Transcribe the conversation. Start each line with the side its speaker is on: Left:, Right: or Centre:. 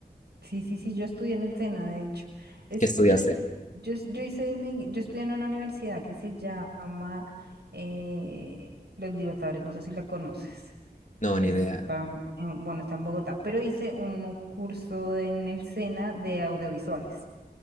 Right: sí, sí, sí, yo estudié en el SENA, de hecho. Es,
Left: ¿Qué estudiaste?
Right: yo, es- yo, es- yo hice mi, yo estudié en una universidad que se llama eh, Los Libertadores, no sé si la conoces.
Left: No,
Right: Está,
Left: ni idea.
Right: en- bueno, está en Bogotá, pero hice un curso en el SENA de audiovisuales,